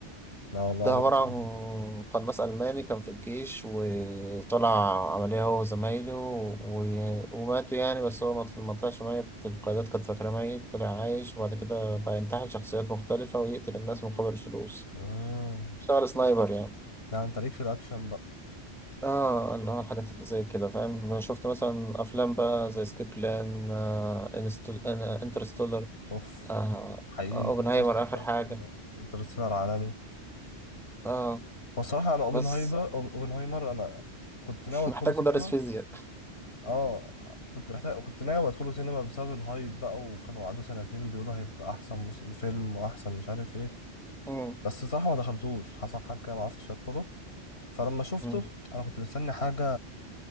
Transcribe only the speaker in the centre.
ده
عبارة
عن قناص ألماني كان في الجيش وطلع عملية هو وزمايله و- وماتوا يعني بس هو ما طل- ما طلعش ميت القيادات كانت فاكرة ميت طلع عايش وبعد كده بقى ينتحل شخصيات مختلفة ويقتل الناس مقابل الفلوس
اشتغل سنايبر يعني
اه اللي هو الحاجات اللي زي كده فاهم انا شفت مثلا افلام بقى زي سكيب بلان آه إنستل... آه انترستولر
آه
اوبنهايمر
اخر حاجه
اه
بس
<laughs>
محتاج
مدرس فيزياء
مم.
مم.